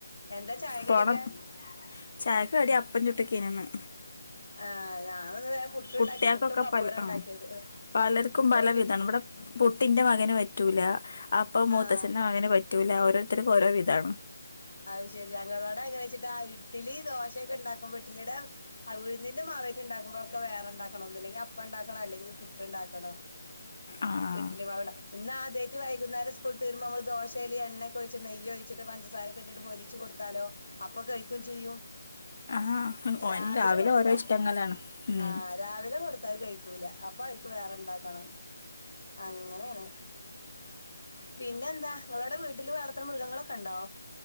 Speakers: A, on the left (about 65°); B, on the left (about 45°).
A: എന്താ ചായക്കടിയൊക്കെ
B: പോണം ചായക്ക് കടി അപ്പം ചുട്ടക്കേനിന്ന്.
A: ആഹ് ഞാനുന്ന് വേം പുട്ടുണ്ടാക്കി
B: കുട്ട്യാക്കൊക്കെ
A: പുട്ടും ബപ്പട്വോ
B: പല
A: ഉണ്ടാക്കിയത്.
B: ആഹ് പലർക്കും പല
A: വേം വി
B: വിധാണ്. ബടെ പുട്ടിന്റെ മകന് പറ്റൂല. അപ്പം മൂത്തച്ചൻ്റെ
A: ആഹ്
B: മകന് പറ്റൂല. ഓരോരുത്തർക്കും ഓരോ വിധാണ്.
A: അത് ശെരി. ഞങ്ങളോടെ അങ്ങനെ വെച്ചിട്ട് ആ ഇഡിലി ദോശയൊക്കെ ഉണ്ടാക്കുമ്പോ ഇട്ടിലിയുടെ അ ഉഴ്ന്ന് ന്റെ മാവേയ്റ്റ് ഉണ്ടാക്കുമ്പോ ഒക്കെ വേറെണ്ടാക്കണം. ഒന്നില്ലെങ്കിൽ അപ്പം ണ്ടാക്കണം. അല്ലെങ്കി പുട്ട് ഇണ്ടാക്കണം.
B: ആഹ്
A: ഇട്ടിലി മാവ്ണ്ട. ഇന്ന് ആദ്യായിട്ട് വൈകുന്നേരം സ്കൂൾട്ട് വരുമ്പ മ്മള് ദോശയില് എണ്ണെക്കൊഴിച്ച് നെയ്യ് ഒഴിച്ച്ട്ട് പഞ്ചസാരെ ക്കെട്ട്ട്ട് മൊരിച്ചു കൊടുത്താലോ അപ്പൊ കഴിക്കും ചെയ്യും.
B: ആഹ് ഓന്
A: രാവിലെ കൊടുത്താ
B: ഓരോ ഇഷ്ടങ്ങളാണ് ഉം
A: ആഹ് രാവിലെ കൊടുത്താ അത് കഴിക്കു ക്കൂല. അപ്പൊ അവർക്ക് വേറെ ഇണ്ടാക്കണം അങ്ങനെണ്. പിന്നെന്താ നിങ്ങളോടെ വീട്ടില് വളർത്തണ മൃഗങ്ങളൊക്കെ ണ്ടോ?